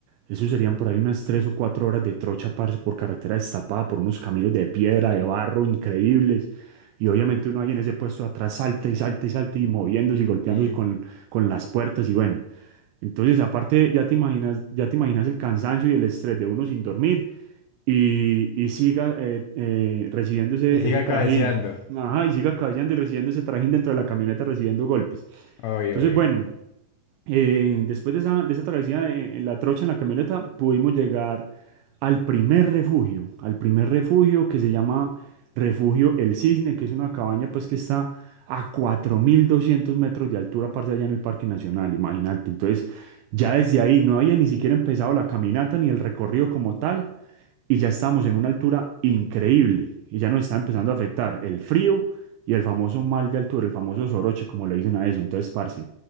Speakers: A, on the right; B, on the left.
A: eso serían por ahí unas tres o cuatro horas de trocha, parce, por carretera destapada, por unos caminos de piedra, de barro increíbles. Y obviamente uno ahí en ese puesto atrás salta y salta y salta y moviéndose y golpeándose
B: Y,
A: con, con las puertas y bueno. Entonces, aparte, ya te imaginas, ya te imaginas el cansancio y el estrés de uno sin dormir y, y siga eh, eh, recibiendo ese,
B: y siga
A: ese trajín.
B: cabeceando,
A: Ajá, y siga cabeceando y recibiendo ese trajín dentro de la camioneta, recibiendo golpes.
B: obvio,
A: Entonces,
B: obvio.
A: bueno. Eh, después de esa, de esa travesía eh, en la trocha, en la camioneta, pudimos llegar al primer refugio, al primer refugio que se llama Refugio El Cisne, que es una cabaña pues que está a 4.200 metros de altura, parce, allá en el Parque Nacional, imagínate. Entonces, ya desde ahí no había ni siquiera empezado la caminata ni el recorrido como tal, y ya estamos en una altura increíble, y ya nos está empezando a afectar el frío y el famoso mal de altura, el famoso soroche, como le dicen a eso. Entonces, parce.